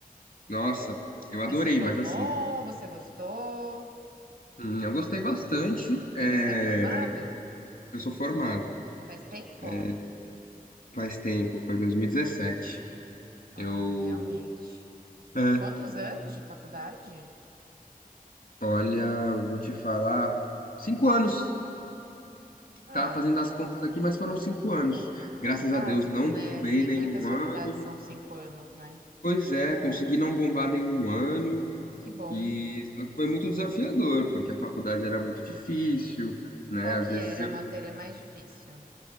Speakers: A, on the left; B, on the right.
A: Nossa, eu adorei,
B: Você se formou?
A: mas assim,
B: Você gostou?
A: hum, eu gostei bastante. É,
B: E você é formado?
A: eu sou formado
B: Faz tempo?
A: É, faz tempo, foi 2017.
B: Ah,
A: Eu.
B: realmente.
A: É.
B: Quantos anos de faculdade?
A: Olha, eu vou te falar. Cinco anos.
B: Ah,
A: Tava fazendo as contas aqui, mas foram cinco anos. Graças
B: é básico,
A: a Deus, não
B: né?
A: bombei
B: Assim,
A: nenhum
B: muitas faculdades
A: ano.
B: são cinco anos, né?
A: Pois é, consegui não bombar nenhum ano.
B: Que bom.
A: E só que foi muito desafiador, porque a faculdade era muito difícil, né?
B: Qual
A: Às
B: que
A: vezes
B: era
A: eu,
B: a matéria mais difícil?